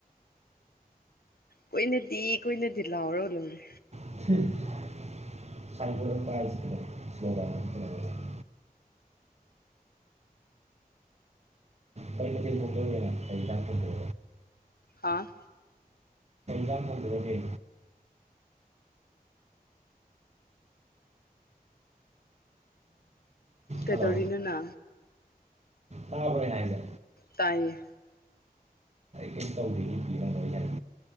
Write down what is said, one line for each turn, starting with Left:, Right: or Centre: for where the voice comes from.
Left: ꯀꯨꯏꯅꯗꯤ ꯀꯨꯏꯅꯗꯤ ꯂꯥꯎꯔꯣ ꯂꯧꯔꯦ
Right: ꯁꯥꯏ ꯍꯥꯏ ꯁꯀ ꯀꯩꯅꯗꯤ ꯃ ꯂꯩꯔꯥꯛꯦ <unintelligible>
Left: ꯍꯥꯥ
Right: ꯖꯥ ꯐꯟ ꯑꯣꯏꯦ
Left: ꯀꯩꯗꯧꯔꯤꯅꯅ
Right: ꯍꯜꯂꯣ ꯇꯥꯕ꯭ꯔꯣ ꯑꯩꯅ ꯍꯥꯏꯁꯦ
Left: ꯇꯥꯏꯌꯦ
Right: ꯀ ꯇꯧꯕꯤ ꯏꯔꯉꯣꯏ ꯌꯥꯅꯤ